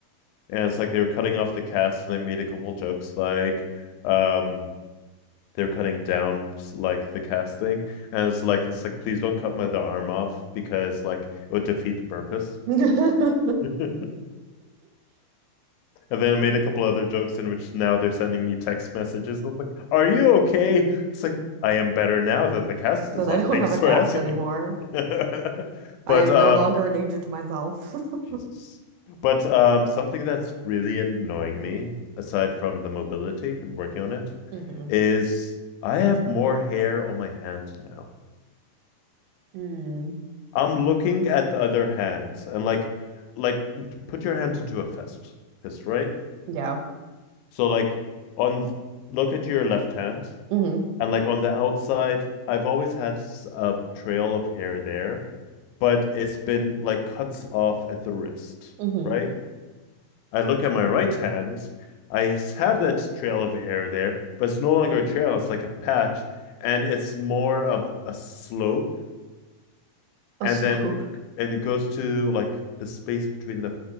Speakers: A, on the left; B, on the right.
A: and it's like they were cutting off the cast, and they made a couple jokes like, um, they were cutting down like the cast thing, and it's like it's like please don't cut my the arm off because like it would defeat the purpose.
B: <laughs>
A: <laughs> And then I made a couple other jokes in which now they're sending me text messages. I was like, "Are you okay?" It's like I am better now that the cast
B: that
A: is
B: I
A: off.
B: don't
A: Thanks
B: have a
A: for
B: cast
A: asking.
B: anymore.
A: <laughs>
B: I
A: But
B: am
A: uh,
B: no longer a danger to myself.
A: Jesus.
B: <laughs>
A: But um, something that's really annoying me, aside from the mobility and working on it,
B: Mm-hmm.
A: is I have more hair on my hand now.
B: Mm.
A: I'm looking at the other hands and like, like put your hand into a fist, fist, right?
B: Yeah.
A: So like on, look at your left hand
B: Mm-hmm.
A: And like on the outside, I've always had s- a trail of hair there, but it's been like cuts off at the wrist,
B: Mm-hmm.
A: right? I look at my right hand, I s- have that trail of hair there, but it's no longer a trail, it's like a patch, and it's more of a slope
B: A
A: and
B: slope.
A: then it, and it goes to like the space between the,